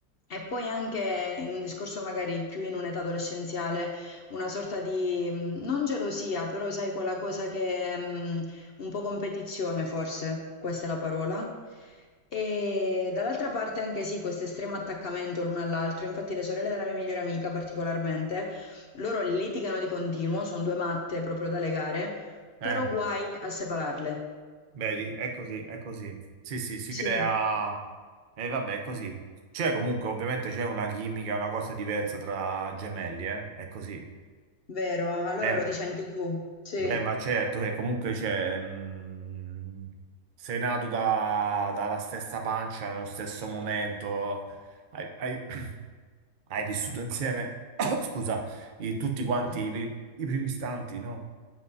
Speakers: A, on the left (about 60°); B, on the right (about 80°).
A: E poi anche in un discorso magari più in un'età adolescenziale, una sorta di, mh, non gelosia, però sai quella cosa che, mh, un po' competizione forse, questa è la parola. E dall'altra parte anche sì, questo estremo attaccamento l'uno all'altro, infatti le sorelle della mia migliore amica particolarmente, loro litigano di continuo, sono due matte proprio da legare,
B: eh,
A: però guai a separarle.
B: vedi, è così, è così. Sì, sì, si crea...
A: Sì.
B: E vabbè, è così. C'è comunque, ovviamente, c'è una chimica, una cosa diversa tra gemelli, eh? È così.
A: Vero? Allora
B: Eh,
A: lo dici anche tu. Sì.
B: Beh, ma certo che comunque c'è, mh, sei nato da- dalla stessa pancia, nello stesso momento, hai, hai- <clears throat> hai vissuto insieme, <coughs> scusa, i- tutti quanti
A: Sì.
B: i, pri- i primi istanti, no?